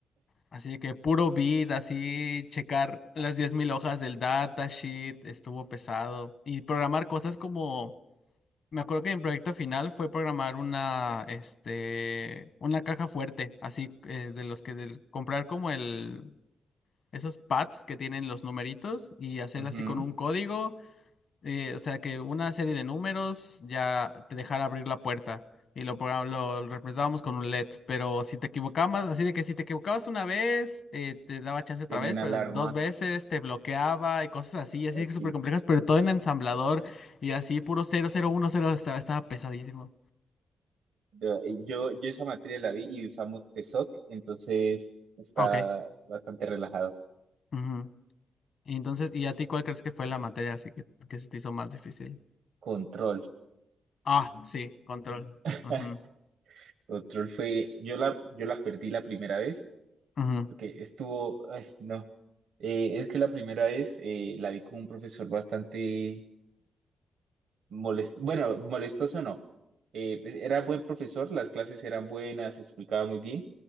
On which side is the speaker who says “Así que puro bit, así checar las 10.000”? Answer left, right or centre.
Left